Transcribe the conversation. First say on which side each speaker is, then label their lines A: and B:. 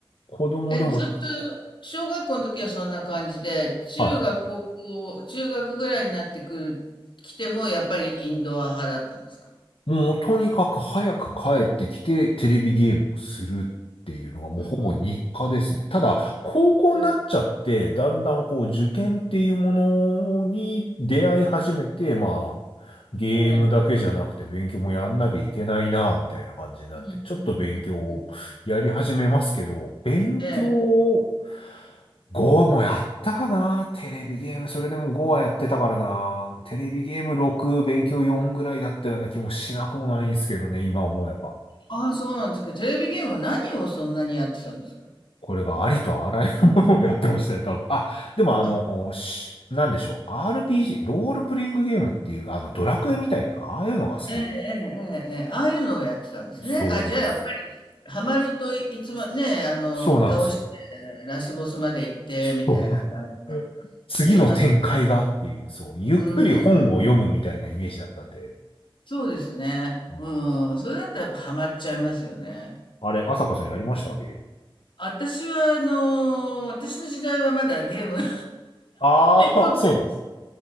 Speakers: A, on the left; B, on the left.
A: 子供でも、
B: え。え、ずっと、小学校の時はそんな感じで、中学、
A: はい。
B: 高校、中学ぐらいになってくる、来ても、やっぱりインドア派だったんですか
A: もう、とにかく早く帰ってきて、テレビゲームをするっていうのがもうほぼ日課ですね。
B: うん。
A: ただ、高校になっちゃって、
B: ええ、
A: だんだんこう、受験っていうものに出会い始めて、まあ、ゲームだけじゃなくて勉強もやんなきゃいけないな、
B: ええ。
A: みたいな感じになって、
B: うんうん
A: ちょっと勉強をやり始めますけど、
B: うん。
A: 勉強
B: ええ。
A: 5もやったかなテレビゲーム、それでも5はやってたからな。テレビゲーム6、勉強4ぐらいだったような気もしなくもないんですけどね、今思えば。
B: ああ、そうなんですか。テレビゲームは何をそんなにやってたんですか
A: これがありとあらゆるものをやってましたよ、多分。あ、でもあの、
B: あ、
A: しなんでしょう。RPG、ロールプレイングゲームっていう、あの、ドラクエみたいな、ああいうのが好きで。
B: ええ、ええ、ええ、ええああいうのをやってたんですね。
A: そうなんです。
B: あ、じゃあ、ハマるとい、いつもね、あの、
A: そうなんですよ。
B: 倒して、ラスボスまで行って、
A: そ
B: みたいな感じで、
A: う。<laughs> 次の展開がっていう、
B: あります。
A: そう、ゆっくり本を読むみたいなイメージだったんで。
B: うんうんうん。そうですね。
A: うん
B: うん。それだったらやっぱハマっちゃいますよね。
A: あれ、朝子さんやりましたゲーム。
B: 私は、あの、私の時代はまだゲームが
A: ああ、
B: ないので、
A: そうなんです。